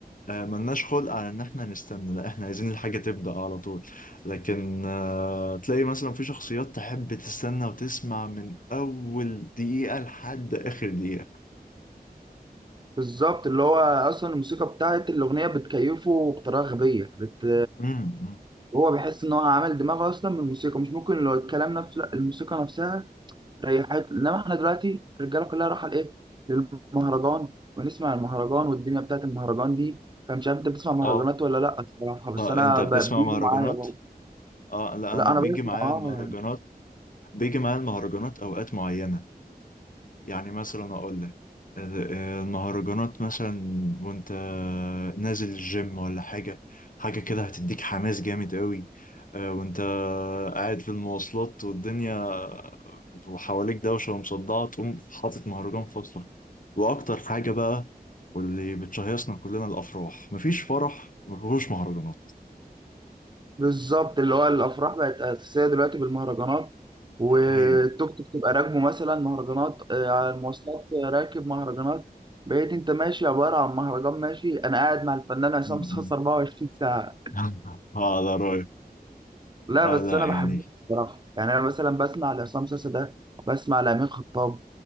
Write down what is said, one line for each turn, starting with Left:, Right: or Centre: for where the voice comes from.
Left: آه، ملناش خلق على ان احنا نستنى لا احنا عايزين الحاجة تبدأ على طول لكن آه، تلاقي مثلا في شخصيات تحب تستنى وتسمع من اول دقيقة لحد اخر دقيقة
Right: بالظبط اللي هو أصلا الموسيقى بتاعت الأغنية بتكيفه بطريقة غبية بت...
Left: امم
Right: هو بيحس إن هو عامل دماغه أصلا من الموسيقى مش ممكن لو الكلام نفسه لا الموسيقى نفسها ريحت انما احنا دلوقتي الرجاله كلها رايحه لايه للمهرجان ونسمع المهرجان والدنيا بتاعت المهرجان دي فمش عارف انت بتسمع مهرجانات
Left: اه
Right: ولا لا الصراحه بس
Left: اه
Right: انا
Left: انت بتسمع
Right: ب- بيجي
Left: مهرجانات
Right: معايا برضه
Left: اه لا
Right: لا
Left: انا
Right: انا
Left: بيجي
Right: بسمع
Left: معايا
Right: اه
Left: المهرجانات
Right: يعني
Left: بيجي معايا المهرجانات اوقات معينة يعني مثلا اقول لك آه، آه، المهرجانات مثلا وانت نازل الجيم ولا حاجة حاجة كده هتديك حماس جامد قوي آه، وانت قاعد في المواصلات والدنيا وحواليك دوشة ومصدعة تقوم حاطط مهرجان فصل واكتر حاجة بقى واللي بتشهيصنا كلنا الافراح مفيش فرح مفيهوش مهرجانات
Right: بالظبط اللي هو الافراح بقت اساسيه دلوقتي بالمهرجانات والتوك
Left: ايوه
Right: توك تبقى راكبه مثلا مهرجانات آه، على المواصلات راكب مهرجانات بقيت انت ماشي عباره عن مهرجان ماشي انا قاعد مع الفنان عصام
Left: <laughs>
Right: صاصا 24 ساعه
Left: <laughs> اه ده رأيي
Right: لا
Left: لا
Right: بس
Left: لا
Right: انا
Left: يعني
Right: بحبهم بصراحه يعني انا مثلا بسمع لعصام ساسا ده بسمع لامين خطاب